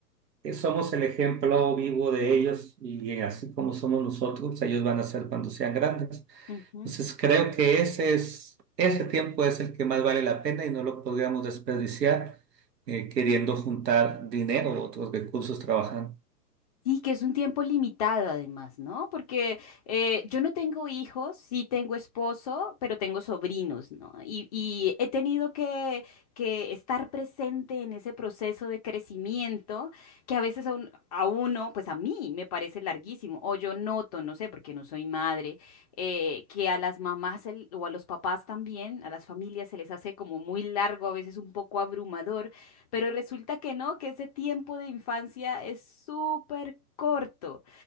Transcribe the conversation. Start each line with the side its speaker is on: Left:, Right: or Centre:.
Right: eh, somos el ejemplo vivo de ellos y así como somos nosotros, ellos van a ser cuando sean grandes.
Left: Ujú.
Right: Entonces creo que ese es, ese tiempo es el que más vale la pena y no lo podríamos desperdiciar. eh, queriendo juntar dinero o otros recursos trabajando.
Left: Sí, que es un tiempo limitado además, ¿no? Porque eh, yo no tengo hijos, sí tengo esposo, pero tengo sobrinos, ¿no? Y, y he tenido que, que estar presente en ese proceso de crecimiento que a veces a, un- a uno, pues a mí me parece larguísimo, o yo noto, no sé, porque no soy madre, eh, que a las mamás el- o a los papás también, a las familias se les hace como muy largo, a veces un poco abrumador pero resulta que no, que ese tiempo de infancia es súper corto,